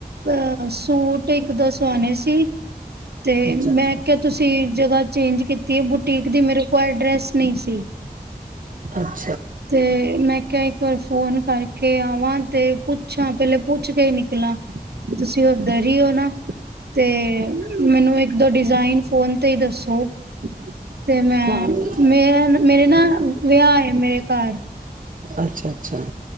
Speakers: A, on the right; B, on the right.
A: ਅਹ ਸੂਟ ਇੱਕ ਦੋ ਸੋਣੇ ਸੀ ਤੇ
B: ਅੱਛਾ
A: ਮੈਂ
B: ਅੱਛਾ
A: ਕਿਹਾ ਤੁਸੀਂ ਜਗ੍ਹਾ ਚੇਂਜ ਕੀਤੀ ਅਤੇ ਬੁਟੀਕ ਦੀ ਮੇਰੇ ਕੋਲ ਐਡਰੈੱਸ ਨੀ ਸੀ
B: ਅੱ
A: ਤੇ ਮੈਂ ਕਿਹਾ ਫੋਨ ਕਰਕੇ ਆਵਾਂ ਤੇ ਪੁੱਛਾਂ ਪਹਿਲੇ ਪੁੱਛ ਕੇ ਹੀ ਨਿਕਲਾਂ ਤੁਸੀਂ ਉੱਧਰ ਹੀ ਹੋ ਨਾ ਤੇ ਮੈਨੂੰ ਇੱਕ ਦੋ ਡਿਜ਼ਾਇਨ ਫੋਨ ਤੇ ਹੀ ਦੱਸੋ ਤੇ ਮੈਂ
B: ਹਾਂ
A: ਮੇ ਮੇਰੇ ਨਾ ਵਿਆਹ ਆਏ ਮੇਰੇ ਘਰ
B: ਅੱਛਾ ਅੱਛਾ